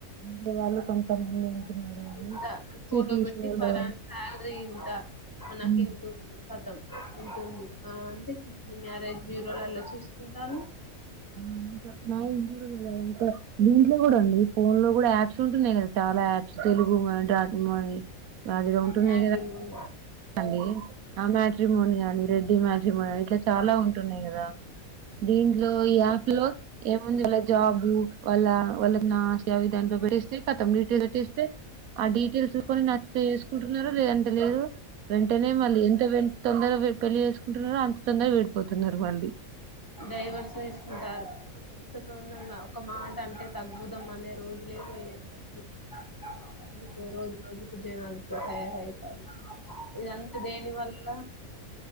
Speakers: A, on the right; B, on the left.
A: ఉండే వాళ్ళు కొంతమంది ఉంటున్నారు గానీ
B: ఇంత ఫోటో
A: సిటీస్
B: పెట్టి ఫర
A: లో
B: శాలరీ ఇంత మ నాకు
A: హ్మ్
B: ఇంతంది కతం ఎంతంది ఆ అంటే మ్యారేజ్ బ్యూరో లో ఎలా చూసుకుంటాను
A: ఆ ఇప్ప మ కూూడద ఇప్ప దీంట్లో కూడా అండి ఫోన్ లో కూడా యాప్స్ ఉంటున్నాయి కదా చాలా యాప్స్ తెలుగు గుడ్ మార్ని గడిలో ఉంటుంది
B: మ్యాట్రిమోన్
A: అండి ఆ మ్యాట్రిమోన్ గానీ రెడ్డి మ్యాట్రిమోన్ ని ఇట్లా చాలా ఉంటున్నాయి కదా దీంట్లో ఈ యాప్ లో ఏముంది వా జాబు వాళ్ళ వాళ్ళకి నా సే విధా ేతం డటెయిస్ పెట్టేస్తే ఆ డీటెయిస్ కొనిేసుకుంటున్నారో లేద లేదు వెంటనే మళ్ళీ ఎంత తొందర పెళ్ళలి చేసుకుంటున్నారు అంత తొందగా విడిపోతున్నారు వాళ్ళీ
B: డైవర్స్ తీసుకుంటారు ఎంత తొందంగా ఒక మాట అంటే తగ్బుదమ్ం అనే రోజులే పోయినాయి అసలు ఇందుకో రోజు రోజుకు జనాలు తయారైతారు ఇదంతా దేని వల్ల